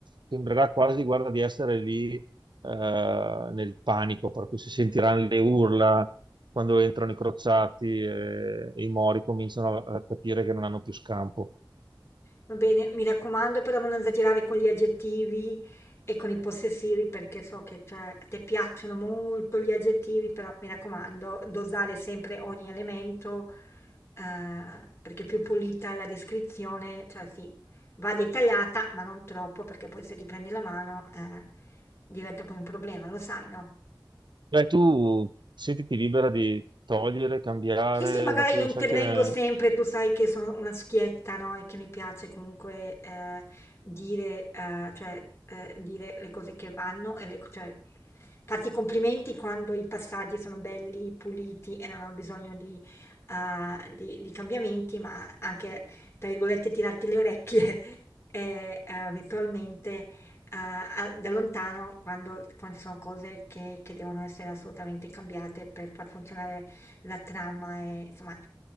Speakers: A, on the right; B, on the left.
A: Sembrerà quasi, guarda, di essere lì eh, nel panico, per cui si sentiranno le urla quando entrano i crociati e, e i mori cominciano a, a capire che non hanno più scampo.
B: Va bene, mi raccomando, però non esagerare con gli aggettivi e con i possessivi, perché so che cioè, a te piacciono molto gli aggettivi, però mi raccomando, dosare sempre ogni elemento, eh, perché più pulita è la descrizione, cioè sì, va dettagliata, ma non troppo, perché poi se ti prendi la mano, eh, diventa poi un problema, lo sai, no?
A: Beh, tu sentiti libera di togliere, cambiare,
B: Sì, sì, magari
A: dopo
B: io
A: lo
B: intervengo
A: sai che...
B: sempre, tu sai che sono una schietta, no? E che mi piace comunque eh, dire, eh, cioè, eh, dire le cose che vanno, e le- cioè, farti i complimenti quando i passaggi sono belli, puliti e non hanno bisogno di, eh, di- di cambiamenti, ma anche, tra virgolette, tirarti le orecchie <laughs> eh, eh, virtualmente eh, a- da lontano quando, quando sono cose che, che devono essere assolutamente cambiate per far funzionare la trama è, insomma,